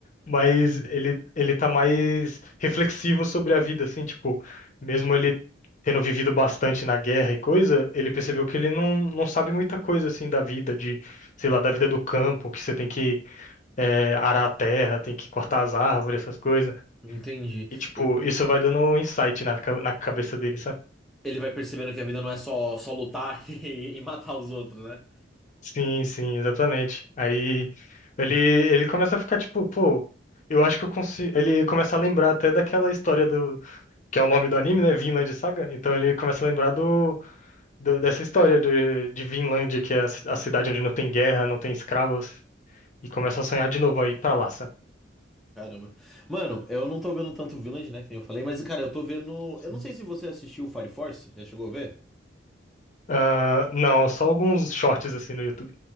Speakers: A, on the left; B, in the centre.
A: Mas ele, ele tá mais reflexivo sobre a vida, assim, tipo, mesmo ele tendo vivido bastante na guerra e coisa, ele percebeu que ele não, não sabe muita coisa, assim, da vida, de, sei lá, da vida do campo, que você tem que é, arar a terra, tem que cortar as árvores, essas coisas.
B: entendi.
A: E, tipo,
B: E-
A: isso vai dando um insight na, ca- na cabeça dele, sabe?
B: Ele vai percebendo que a vida não é só, só lutar <laughs> e, e matar os outros, né?
A: Sim, sim, exatamente. Aí ele, ele começa a ficar tipo, pô, eu acho que eu consigo. Ele começa a lembrar até daquela história do. Que é o nome do anime, né? Vinland Saga. Então ele começa a lembrar do, do- dessa história de, de Vinland, que é a, ci- a cidade onde não tem guerra, não tem escravos. E começa a sonhar de novo aí pra lá, sabe?
B: Caramba. Mano, eu não tô vendo tanto Village, né? Que nem eu falei, mas, cara, eu tô vendo.
A: Sim.
B: Eu não sei se você assistiu Fire Force, já chegou a ver?
A: Ah, não, só alguns shorts assim no YouTube.